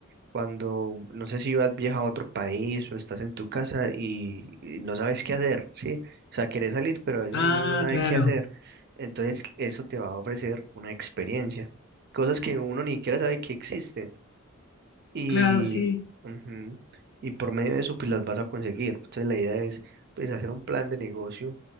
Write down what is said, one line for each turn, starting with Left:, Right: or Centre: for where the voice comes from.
Right: cuando no sé si vas viaja a otro país o estás en tu casa y, y no sabes qué hacer, ¿sí? O sea, querés salir, pero a veces
Left: Ah,
Right: uno no sabe
Left: claro,
Right: qué hacer. Entonces, eso te va a ofrecer una experiencia, cosas que uno ni siquiera sabe que existen. Y,
Left: claro, sí,
Right: ujú, y por medio de eso, pues las vas a conseguir. Entonces, la idea es, pues, hacer un plan de negocio